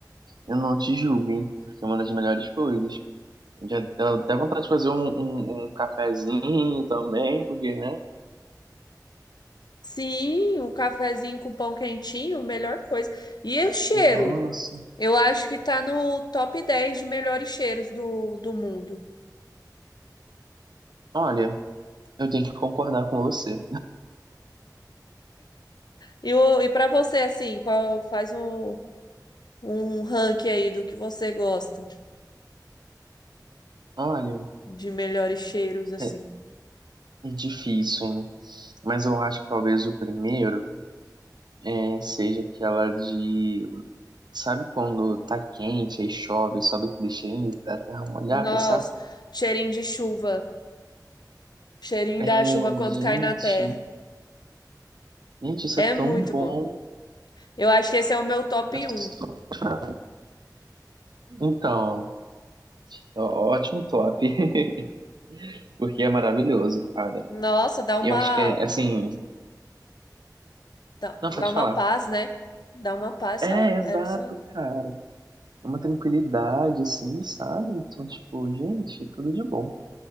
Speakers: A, on the right; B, on the left.
A: eu não te julgo, hein, porque é uma das melhores coisas. Já dá até vontade de fazer um, um, um cafezinho também, porque, né?
B: Sim, um cafezinho com pão quentinho, melhor coisa. E o cheiro?
A: Nossa.
B: Eu acho que tá no top 10 de melhores cheiros do, do mundo.
A: Olha, eu tenho que concordar com você.
B: E, o- e para você, assim, qual faz um, um ranking aí do que você gosta
A: Olha,
B: de melhores cheiros, assim.
A: é, é difícil, hein? Mas eu acho que talvez o primeiro é, seja aquela de Sabe quando tá quente, aí chove, sobe aquele cheirinho da terra molhada,
B: Nossa,
A: sabe?
B: cheirinho de chuva, cheirinho
A: É,
B: da chuva quando
A: gente,
B: cai na terra.
A: gente, isso
B: É
A: é
B: muito
A: tão bom.
B: bom. Eu acho que esse é o meu top
A: Eu sou
B: um
A: apaixonado. Então, ó- ótimo top, <laughs> porque é maravilhoso, cara.
B: Nossa, dá uma,
A: Eu acho que é assim.
B: dá,
A: Não,
B: dá
A: pode
B: uma
A: falar.
B: paz, né? Dá uma paz,
A: É,
B: só
A: exato,
B: era só isso.
A: cara. É Uma tranquilidade, assim, sabe? Então, tipo, gente, é tudo de bom.